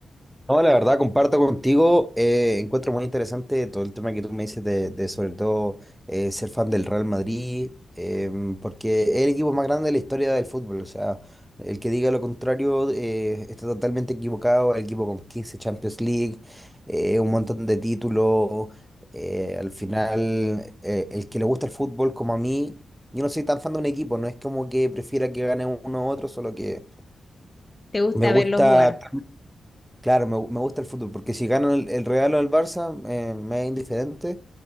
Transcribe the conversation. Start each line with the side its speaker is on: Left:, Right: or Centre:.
Centre: No, la verdad, comparto contigo. eh, encuentro muy interesante todo el tema que tú me dices de, de sobre todo eh, ser fan del Real Madrid, em, porque es el equipo más grande de la historia del fútbol. O sea, el que diga lo contrario eh, está totalmente equivocado. El equipo con 15 Champions League, eh, un montón de títulos. eh, al final, eh, el que le gusta el fútbol, como a mí, yo no soy tan fan de un equipo. No es como que prefiera que gane uno u otro, solo que
Left: ¿Te gusta
Centre: me gusta.
Left: verlos jugar?
Centre: Claro, me, gu- me gusta el fútbol, porque si gano el, el Real o el Barça, eh, me es indiferente,